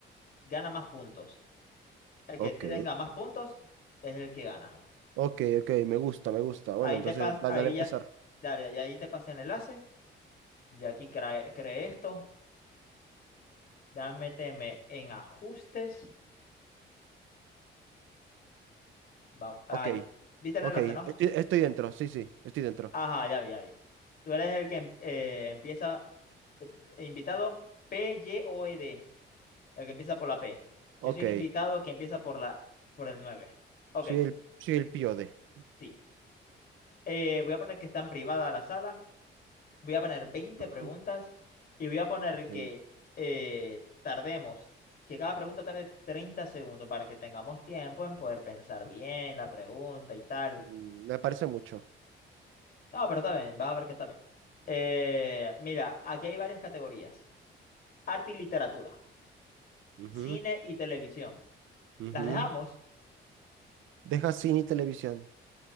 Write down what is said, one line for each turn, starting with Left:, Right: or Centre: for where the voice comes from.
Left: gana más puntos. El
Right: ok,
Left: que tenga más puntos es el que gana.
Right: ok, ok, me gusta, me gusta. Bueno,
Left: Ahí
Right: entonces,
Left: te pas,
Right: va-
Left: ahí
Right: dale a empezar.
Left: ya, te- dale, y ahí te pasé el enlace. Y aquí crea- creé, esto. Dame, méteme en ajustes. Va- ahí,
Right: Ok,
Left: ¿viste el
Right: ok,
Left: enlace,
Right: estoy,
Left: no?
Right: estoy dentro, sí, sí, estoy dentro.
Left: Ajá, ya vi, ya vi. Tú eres el que em- eh, empieza eh, invitado P-Y-O-E-D. El que empieza por la P.
Right: Ok,
Left: Yo soy el invitado que empieza por la, por el 9. Ok,
Right: soy el, soy el pío de.
Left: sí. Eh, voy a poner que está en privada la sala. Voy a poner veinte
Right: Ujú,
Left: preguntas y voy a poner
Right: Ok,
Left: que eh, tardemos, que cada pregunta tarde 30 segundos para que tengamos tiempo en poder pensar bien la pregunta y tal.
Right: mm, me parece mucho.
Left: No, pero está bien, vas a ver que está bien. Eh, mira, aquí hay varias categorías. Arte y literatura,
Right: Ujú,
Left: cine y televisión.
Right: ujú.
Left: ¿Las dejamos?
Right: Deja cine y televisión,